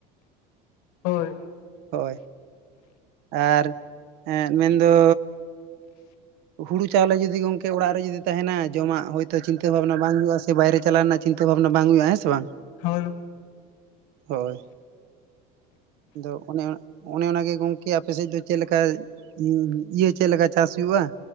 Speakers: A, on the left; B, on the right.
A: <inaudible> ᱦᱳᱭ
B: ᱦᱳᱭ ᱟᱨ ᱮᱸᱜ ᱢᱮᱱᱫᱚ ᱦᱩᱲᱩ ᱪᱟᱣᱞᱮ ᱡᱩᱫᱤ ᱜᱚᱝᱠᱮ ᱚᱲᱟᱜ ᱨᱮ ᱡᱩᱫᱤ ᱛᱟᱦᱮᱱᱟ ᱡᱚᱢᱟᱜ ᱦᱳᱭᱛᱳ ᱪᱤᱱᱛᱟᱹ ᱵᱷᱟᱵᱱᱟ ᱵᱟᱝ ᱦᱩᱭᱩᱜᱼᱟ ᱵᱟᱭᱨᱮ ᱪᱟᱞᱟᱣ ᱨᱮᱱᱟᱜ ᱪᱤᱱᱛᱟᱹ ᱵᱷᱟᱵᱱᱟ ᱵᱟᱝ ᱦᱩᱭᱩᱜᱼᱟ ᱦᱮᱸ ᱥᱮ ᱵᱟᱝ
A: ᱦᱳᱭ
B: ᱦᱳᱭ ᱟᱫᱚ ᱚᱱᱮ ᱚᱱᱮ ᱚᱱᱟᱜᱮ ᱜᱚᱝᱠᱮ ᱟᱯᱮ ᱥᱮᱫ ᱫᱚ ᱪᱮᱫ ᱞᱮᱠᱟ ᱩᱸ ᱤᱭᱟᱹ ᱪᱮᱫ ᱞᱮᱠᱟ ᱪᱟᱥ ᱦᱩᱭᱩᱜᱼᱟ?